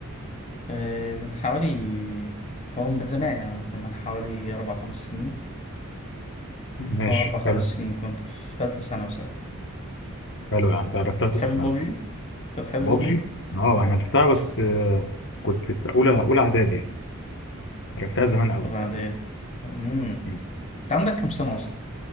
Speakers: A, on the left; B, on the left.
A: آه من حوالي هو من زمان يعني ممكن من حوالي اربع خمس سنين
B: ماشي
A: اه اربع خمس
B: حلو
A: سنين كنت في ثالثة ثانوي ساعتها
B: حلو يعني أنت عرفتها في ثالثة
A: تحب
B: ثانوي
A: بابجي؟ انت بتحب
B: بابجي
A: بابجي؟
B: اه انا لعبتها بس آه، كنت في اولى اولى اعدادي يعني لعبتها زمان قوي
A: ولا عادي؟ امم
B: مم.
A: انت عندك كام سنة اصلا؟